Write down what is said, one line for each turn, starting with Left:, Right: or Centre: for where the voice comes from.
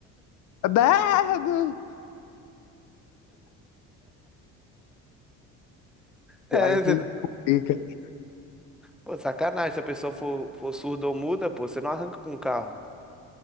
Left: Bardo!
Centre: É,
Left: Aí
Centre: você-
Left: você explica.
Centre: pô, sacanagem. Se a pessoa for, for surda ou muda, pô, você não arranca com o carro.